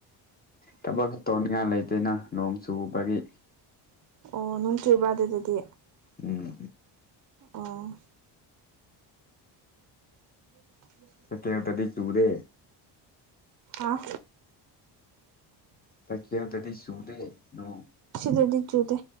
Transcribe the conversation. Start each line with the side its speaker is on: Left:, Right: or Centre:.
Left: ꯊꯕꯛ ꯇꯧꯅꯤꯡꯉꯥꯏ ꯂꯩꯇꯦꯅ ꯅꯣꯡ ꯆꯨꯕꯒꯤ
Right: ꯑꯣ ꯅꯨꯡꯊꯤꯕ ꯑꯗꯨꯗꯗꯤ
Left: ꯎꯝ
Right: ꯑꯣ <inaudible>
Left: ꯆ ꯀꯦꯟ ꯇꯗꯤ ꯆꯨꯗꯦ
Right: ꯑꯥ
Left: ꯇ ꯈꯦꯗꯗꯤ ꯁꯨꯗꯦ ꯅ
Right: ꯁꯤꯗꯗꯤ ꯆꯨꯗꯦ